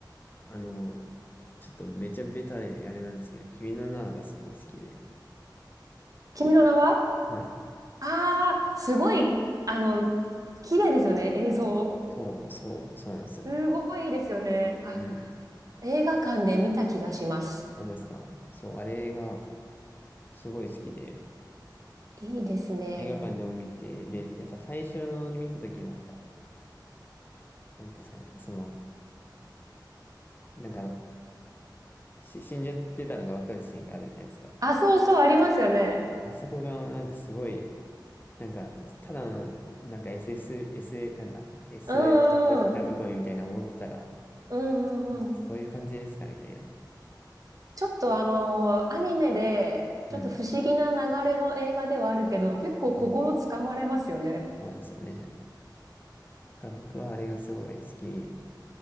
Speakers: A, on the left; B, on the right.
A: あの、ちょっとめちゃベタであれなんですけど、君の名はがすごい好きで。
B: 君の名は
A: はい。
B: ああ、すごい、あの、綺麗ですよね、映像。
A: そう、そう、そうなんですよ。
B: すごいいいですよね。あ、
A: うん。
B: 映画館で見た気がします。
A: なんですかそう、あれが、すごい好きで、
B: いいですね。
A: 映画館でも見て、で、やっぱ最初に見た時のなんか、なんていうんですかね、その、なんかあの、し死んじゃってたのがわかるシーンがあるじゃないですか。
B: あ、そうそう、ありますよね。
A: あそこがなんかすごい、なんか、ただの、なんか SS、S、なんだ
B: うんうんうん。
A: ?SF んラブコメみたいな思ってたら、
B: うんうんうん。
A: なんかそういう感じですかみたいな。
B: ちょっとあのアニメで、
A: うん。
B: ちょっと不思議な流れの映画ではあるけど、結構心つかまれますよね。
A: うんそうなんですよね。だから僕はあれがすごい好き